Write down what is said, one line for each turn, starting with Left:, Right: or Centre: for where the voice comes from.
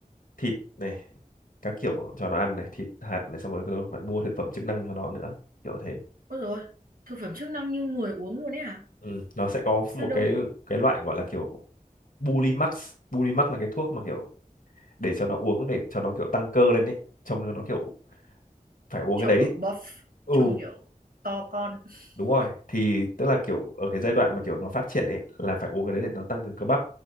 Left: thịt này các kiểu cho nó ăn này thịt hạt này xong rồi tôi phải mua thực phẩm chức năng cho nó nữa kiểu thế
Right: Ôi rồi thực phẩm chức năng như người uống luôn ấy à?
Left: ừ. nó sẽ có
Right: Sao
Left: một
Right: đâu
Left: cái cái loại gọi là kiểu Bulimax Bulimax là cái thuốc mà kiểu để cho nó uống để cho nó kiểu tăng cơ lên đấy trông nó nó kiểu phải uống
Right: trông
Left: cái đấy
Right: kiểu buff,
Left: ừ
Right: trông kiểu to con. <laughs>
Left: đúng rồi thì tức là kiểu ở cái giai đoạn mà kiểu nó phát triển ấy là phải uống cái đấy để nó tăng cường cơ bắp